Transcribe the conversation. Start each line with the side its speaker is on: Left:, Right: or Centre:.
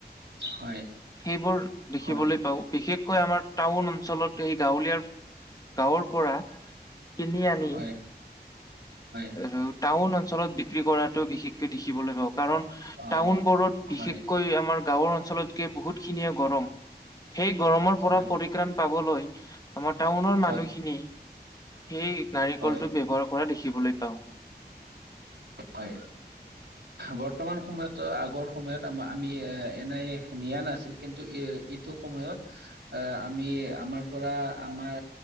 Right: হয়
Left: সেইবোৰ দেখিবলৈ
Right: হয়
Left: পাওঁ। বিশেষকৈ আমাৰ টাউন অঞ্চলত সেই গাঁৱলীয়াৰ গাঁৱৰ পৰা কিনি আনি
Right: হয় হয়
Left: আৰু টাউন অঞ্চলত বিক্ৰী কৰাতটো বিশেষকে দেখিবলৈ পাওঁ। কাৰণ
Right: অ',
Left: টাউনবোৰত
Right: হয়।
Left: বিশেষকৈ আমাৰ গাঁওৰ অঞ্চলতকে বহুতখিনিয়ে গৰম। সেই গৰমৰ পৰা
Right: হয়,
Left: পৰিত্ৰাণ পাবলৈ আমাৰ টাউনৰ
Right: হয়,
Left: মানুহখিনি সেই নাৰিকলটো
Right: হয়,
Left: ব্যৱহাৰ কৰা দেখিবলৈ পাওঁ।
Right: হয়। বৰ্তমান সময়ত আগৰ সময়ত আ-আমি এনেই নিয়া নাছিল কিন্তু এইটো সময়ত অহ, আমি আমাৰ পৰা আমাৰ